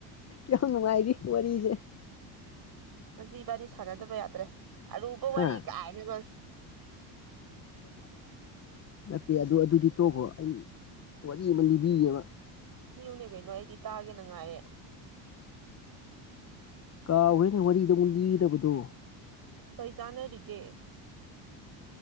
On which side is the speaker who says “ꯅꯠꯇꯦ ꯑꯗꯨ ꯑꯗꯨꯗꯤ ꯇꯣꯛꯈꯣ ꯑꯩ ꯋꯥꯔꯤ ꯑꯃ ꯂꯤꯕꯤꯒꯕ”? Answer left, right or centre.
Left